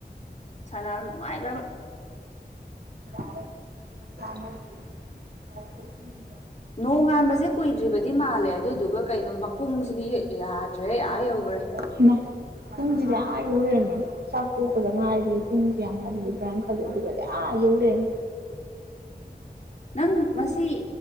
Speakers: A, on the left (about 45°); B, on the right (about 70°).
A: ꯁꯅ ꯅꯨꯡꯉꯥꯏꯗꯕ
B: <unintelligible>
A: ꯅꯣꯡꯉꯥꯟꯕꯁꯦ ꯀꯨꯏꯗ꯭ꯔꯤꯕꯗꯤ ꯃꯥꯜꯂꯦ ꯑꯗꯨꯗꯨꯒ ꯀꯩꯅꯣ ꯃꯄꯨꯡꯁꯤꯗꯤ ꯌꯥꯗ꯭ꯔꯦ ꯑꯥ ꯌꯧꯈ꯭ꯔꯦ
B: <inaudible> ꯄꯨꯡꯁꯤꯗꯤ ꯑꯥ ꯌꯧ ꯂꯩꯔꯝꯅꯤꯅꯦ ꯆꯥꯛ ꯇꯣꯛꯄꯗ ꯉꯥꯏꯗꯤ ꯄꯨꯡꯁ ꯌꯥꯝ ꯉꯜꯗꯤꯕ꯭ꯔꯥꯅ ꯈꯜꯂꯣ ꯑꯗꯨꯒꯗꯤ ꯑꯥ ꯌꯧꯔꯦ <inaudible>
A: ꯅꯪ ꯉꯁꯤ